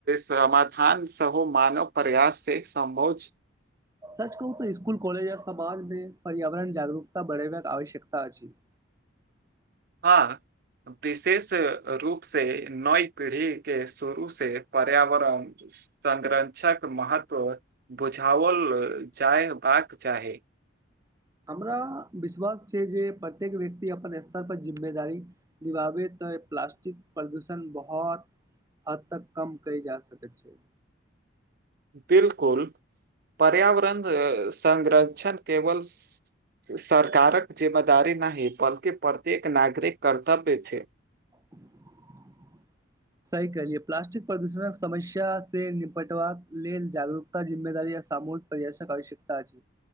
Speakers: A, on the right; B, on the right.
A: समाधान सेहो मानव प्रयास से सम्भव
B: सच कहू तऽ स्कूल कलेज समाजमे पर्यावरण जागरूकता बढ़बाक आवश्यकता अछि <inaudible>
A: हँ विशेष रूप से नई पीढ़ी के शुरू से पर्यावरण संरक्षक महत्व बुझाओल जयबाक चाही
B: हमरा विश्वास छै जे प्रत्येक व्यक्ति अपन स्तर पर जिम्मेदारी निभाबैत प्लास्टिक प्रदूषण बहुत हद तक कम कऽ जा सकैत छै
A: बिलकुल पर्यावरण संरक्षण केवल सरकारक जिम्मेदारी नहि बल्कि प्रत्येक नागरिक कर्तव्य छै
B: <inaudible> सही कहलियै प्लास्टिक प्रदूषणक समस्या से निपटबाक लेल जागरूकता जिम्मेवारी आ सामूहि पर्यर्शक आवश्यकता अछि